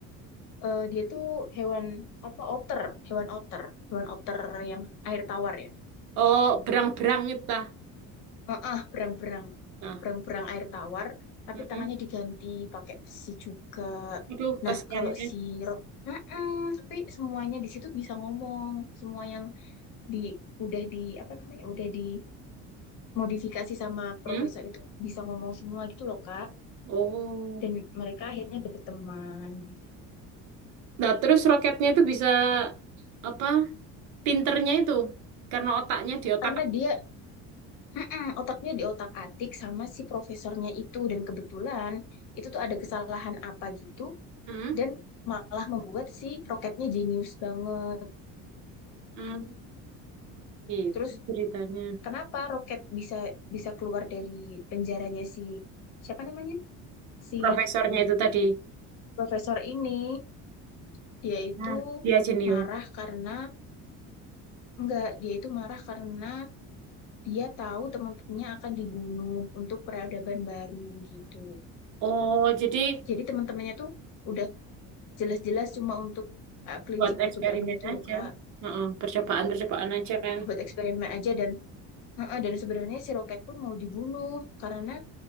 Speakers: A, on the left; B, on the right.
A: eh, dia tuh hewan apa otter, hewan otter, hewan otter yang air tawar ya.
B: Oh, berang-berang itu tah.
A: Heeh, berang-berang,
B: Nah.
A: berang-berang air tawar, tapi
B: Heeh.
A: tangannya diganti pakai besi juga.
B: Aduh,
A: Nah,
B: kasihannya.
A: kalau si Ro- Heeh, tapi semuanya di situ bisa ngomong, semua yang di udah di apa namanya, udah di modifikasi sama
B: Hmm?
A: profesor itu bisa ngomong semua gitu loh Kak
B: Oh.
A: dan mereka akhirnya berteman gitu.
B: Nah, terus roketnya itu bisa apa? Pinternya itu karena otaknya di otak.
A: karena dia mm-mm, otaknya diotak-atik sama si profesornya itu dan kebetulan itu tuh ada kesalahan apa gitu
B: Hmm?
A: dan malah membuat si roketnya jenius banget
B: Hmm. Gitu
A: terus
B: ceritanya.
A: kenapa roket bisa bisa keluar dari penjaranya si siapa namanya si
B: Profesornya itu tadi.
A: profesor ini dia itu
B: Nah, dia jenius.
A: marah karena enggak dia itu marah karena dia tahu teman-temannya akan dibunuh untuk peradaban baru gitu.
B: Oh, jadi
A: Jadi teman-temannya tuh udah jelas-jelas cuma untuk uh, kelinci
B: buat
A: percobaan
B: eksperimen
A: gitu
B: aja.
A: loh Kak,
B: Heeh, percobaan-percobaan aja
A: <clears throat>
B: kan.
A: <laughs> buat eksperimen aja dan Heeh, dan sebenarnya si Roket pun mau dibunuh karena